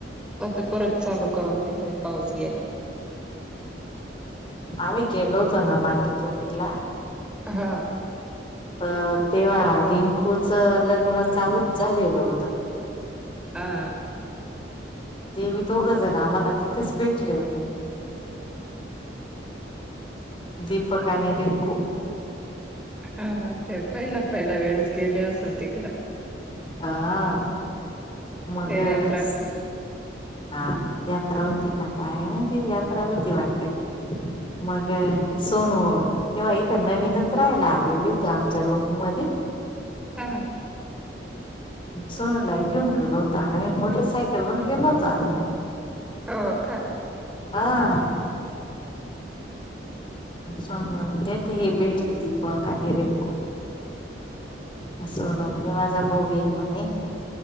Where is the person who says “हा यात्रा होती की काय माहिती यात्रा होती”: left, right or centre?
Left